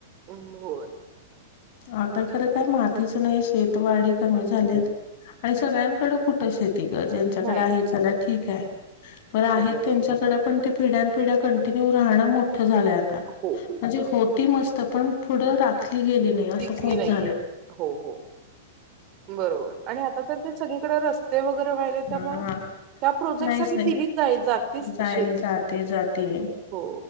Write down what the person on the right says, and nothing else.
अ होय.
नाही
नाही
बरोबर
हो हो
टिकली
नाहीये
हो हो बरोबर आणि आता तर ते सगळीकडे रस्ते वगैरे वहिले त्यामु
त्या प्रोजेक्ट
सा तिच
जातीच
शेती.
हो.